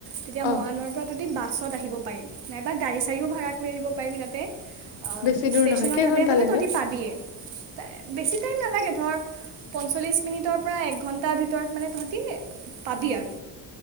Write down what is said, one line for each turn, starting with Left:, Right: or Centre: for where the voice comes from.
Right: তেতিয়া
Left: অহ,
Right: মৰাণৰ পৰা তহঁতি বাহ', বাছত আহিব পাৰিবি নাইবা গাড়ী চাড়ীও ভাড়া কৰি আহিব পাৰিবি তাতে। অ',
Left: বেছি দূৰ
Right: ষ্টেচনৰ
Left: নহয় কেইঘন্টা
Right: তাতে মানে
Left: লাগে?
Right: তহঁতি পাবিয়ে, ত', বেছি টাইম নালাগে, ধৰ পঞ্চল্লিছ মিনিটৰ পৰা এক ঘণ্টাৰ ভিতৰত মানে তহঁতি অ', পাবি আৰু।